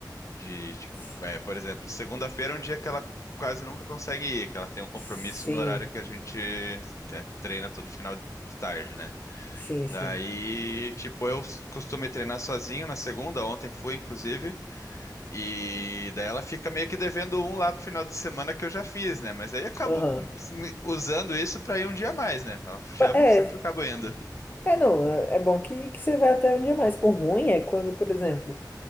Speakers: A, on the left (about 40°); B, on the left (about 25°).
A: De, tipo,
B: S-
A: é, por exemplo, segunda-feira é um dia que ela quase nunca consegue ir, que ela tem um compromisso
B: Sim,
A: no horário que a gente é, treina todo final de tarde, né?
B: sim, sim.
A: Daí, tipo, eu costumo ir treinar sozinho na segunda, ontem fui, inclusive. E daí ela fica meio que devendo um lá pro final de semana que eu já fiz, né? Mas aí eu acabo
B: Aham.
A: me- usando isso pra ir um dia a mais, né? Ela chama,
B: É,
A: sempre acabo indo.
B: é não, é é bom que, que você vai até um dia mais. O ruim é quando, por exemplo,